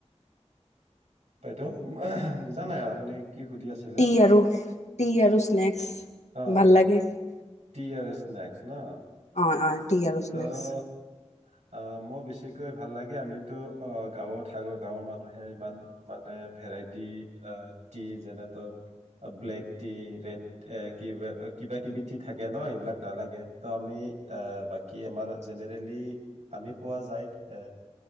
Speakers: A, on the right; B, on the left.
A: বাইদেউ, <unintelligible> বুজা নাই আপুনি কি সুধি আছিলে?
B: টি আৰু টি আৰু স্নেক্স।
A: অ'
B: ভাল লাগে
A: টি আৰো স্নে ক্স ন?
B: অয়‌ অয়, টি আৰো স্নেক্স।
A: ত অ' মই বেছিকৈ ভাল লাগে আমিতো অ - গাঁৱত থাকো, গাঁৱৰ মানুহে ইমান মানে ভেৰাইটি অ - টি, যেনে তৰ অ ব্লেক টি, ৰেড এ কিবা অ কিবা কিবি টি থাকে ন সেইবিলাক নালাগে ত' আমি অ - বাক কি আমাৰ জেনেৰেলি আমি পোৱা যায় এ